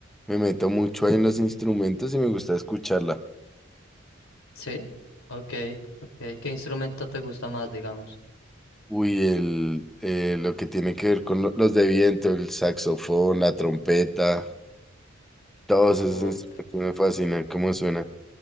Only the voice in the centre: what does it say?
me meto mucho ahí en los instrumentos y me gusta escucharla.
Uy, el, eh, lo que tiene que ver con lo- los de viento, el saxofón, la trompeta, todos esos
instrumentos me fascinan, cómo suena.